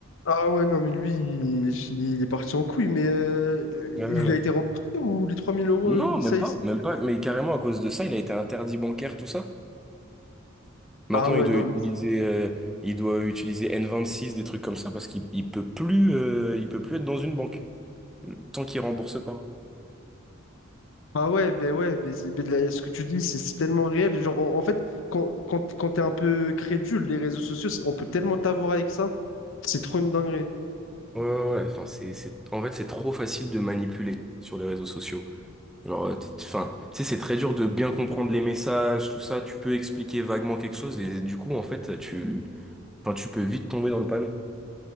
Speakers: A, on the left; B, in the centre.
A: Ah ouais, non, mais lui, il, il est parti en couille, mais euh, il
B: Ouais, ouais, ouais.
A: a été remboursé ou les 3000 euros,
B: Non,
A: il,
B: même
A: ça, il-
B: pas, même pas. Mais carrément, à cause de ça, il a été interdit bancaire, tout ça. Maintenant,
A: Ah ouais,
B: il doit
A: non,
B: utiliser,
A: mais...
B: euh, il doit utiliser N26, des trucs comme ça, parce qu'il il peut plus, euh, il peut plus être dans une banque tant qu'il rembourse pas.
A: Ah ouais, ben ouais, ben c'est- ben là, ce que tu dis, c'est c'est tellement réel. Genre, en, en fait, quand, quand, quand t'es un peu crédule, les réseaux sociaux, on peut tellement t'avoir avec ça, c'est trop une dinguerie.
B: Ouais, ouais, ouais. Enfin, c'est, c'est, en fait, c'est trop facile de manipuler sur les réseaux sociaux. Alors, euh, t- enfin, tu sais, c'est très dur de bien comprendre les messages, tout ça. Tu peux expliquer vaguement quelque chose et du coup, en fait, tu, enfin, tu peux vite tomber dans le panneau.